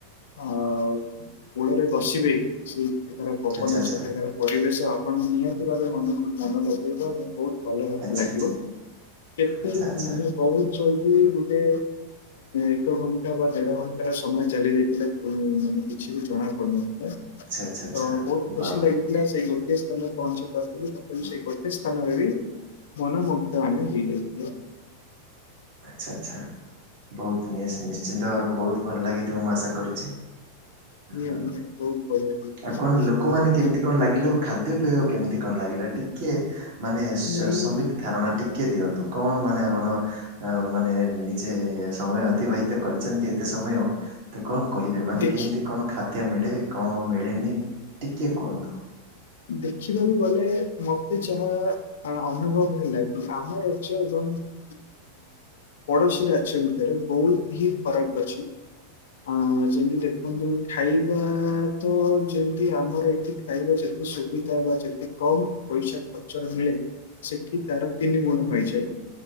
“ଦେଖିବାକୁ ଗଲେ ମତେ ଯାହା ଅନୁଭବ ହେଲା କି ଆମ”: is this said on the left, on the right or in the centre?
Left